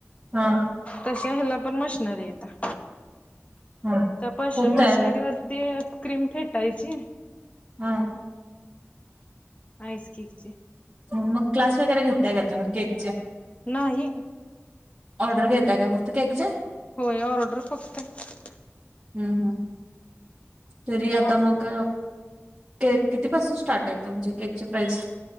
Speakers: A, on the right; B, on the left.
A: हा.
B: तशी हला पण मस्त. नरी य
A: हा
B: प
A: होम
B: मशनरी
A: तयार
B: वरती. क्रीम फेटायची.
A: हा.
B: आईस केक चे.
A: मग क्लास वगैरे घेतताय का तुम्ही केकचे.
B: नाही.
A: ऑर्डर घेताय का फक्त केक.
B: होय ऑर्डर फक्त.
A: हम् हम्. तरी आता
B: ऑर्डर
A: मग के कितीपासून स्टार्ट आहेेत तुमचे केकचे प्राइज.